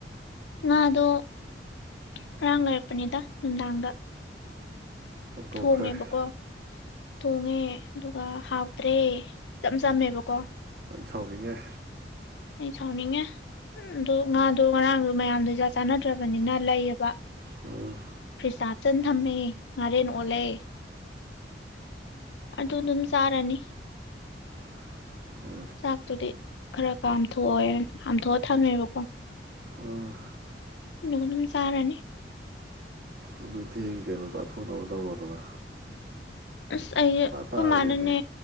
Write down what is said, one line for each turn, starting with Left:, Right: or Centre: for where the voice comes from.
Left: ꯉꯥꯗꯣ ꯉꯔꯥꯡ ꯂꯩꯔꯛꯄꯅꯤꯗ ꯅꯨꯡꯗꯥꯡꯗ
Right: ꯍꯧꯗꯣꯛꯈ꯭ꯔꯦ
Left: ꯊꯣꯡꯉꯦꯕꯀꯣ ꯊꯣꯡꯉꯦ ꯑꯗꯨꯒ ꯍꯥꯎꯇ꯭ꯔꯦ ꯆꯆꯝ ꯆꯝꯃꯦꯕꯀꯣ
Right: ꯅꯪ ꯁꯥꯎꯅꯤꯡꯉꯦ
Left: ꯑꯩ ꯁꯥꯎꯅꯤꯡꯉꯦ ꯎ ꯑꯗꯨ ꯉꯥꯗꯣ ꯉꯔꯥꯡꯗꯣ ꯃꯌꯥꯝꯗꯣ ꯆꯥꯛ ꯆꯥꯟꯅꯗ꯭ꯔꯕꯅꯤꯅ ꯂꯩꯌꯦꯕ
Right: ꯎꯝ
Left: ꯐꯤꯁꯤꯁꯥ ꯆꯟ ꯊꯝꯃꯤ ꯉꯥꯔꯦꯟ ꯑꯣꯜꯂꯦ ꯑꯗꯨ ꯗꯨꯝ ꯆꯥꯔꯅꯤ
Right: <inaudible>
Left: ꯆꯥꯛꯇꯨꯗꯤ ꯈꯔ ꯀꯥꯝꯊꯣꯛꯑꯣꯏ ꯀꯥꯝꯊꯣꯛꯑ ꯊꯝꯃꯦꯕꯀꯣ
Right: ꯑ
Left: ꯅ ꯑꯗꯨꯝ ꯆꯥꯔꯅꯤ
Right: ꯑꯗꯨ ꯊꯦꯡ ꯀꯩꯅꯣ ꯆꯥꯊꯣꯛꯅꯕ ꯇꯧꯔꯣ ꯗꯅ
Left: ꯑꯁ ꯑꯩ ꯑꯩꯈꯣꯏ
Right: ꯇꯥꯈ꯭ꯔꯦꯅꯦ
Left: ꯃꯥꯅꯅꯦ